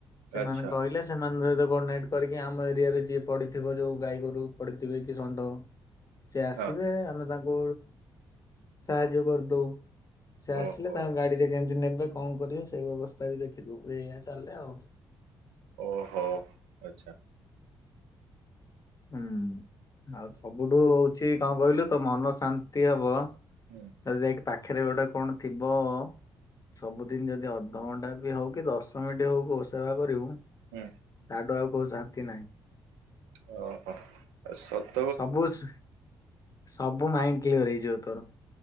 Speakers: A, on the left; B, on the right.
A: ସେମାନେ
B: ଆଚ୍ଛା
A: କହିଲେ ସେମାନେ ଯ ଯୋ ଗୋ ନାଇଟ କରିକି ଆମ ଏରିଆରେ ଯିଏ ପଡିଥିବ ଯୋଉ ଗାଈ ଗୋରୁ ପଡିଥିବେ କି ଷଣ୍ଢ ସେ ଆସିବେ
B: ହଁ
A: ଆମେ ତାଙ୍କୁ ସାହାଯ୍ୟ କରିଦଉ। ସେ ଆସିଲେ
B: ଓହୋ
A: ତାଙ୍କ ଗାଡିରେ କେମିତି ନେବେ କଣ କରିବେ ସେଇ ବ୍ୟବସ୍ଥା ବି ଦେଖିଦୁ ଏଇଆ ଚାଲଲେ ଆଉ।
B: ଓହୋ, ଆଛା।
A: ହୁଁ, ଆଉ ସବୁଠୁ ହଉଚି କଂ କହିଲୁ ତ ମନ ଶାନ୍ତି ହବ।
B: ହୁଁ।
A: ଯାଇକି ପାଖରେ ଗୋଟେ କଣ ଥିବ। ସବୁଦିନ ଯଦି ଅଧଘଣ୍ଟା ବି ହଉ କି ଦଶ ମିନିଟ ହଉ ଗୋ ସେବା କରିବୁ।
B: ହୁଁ।
A: ତାଟୁ ଆଉ କୋଉ ଶାନ୍ତି ନାହିଁ।
B: ଓହୋ, ତା ସତ୍।
A: ସବସ୍, ସବୁ ମାଇଣ୍ଡ କ୍ଲିୟର ହେଇଯିବ ତୋର।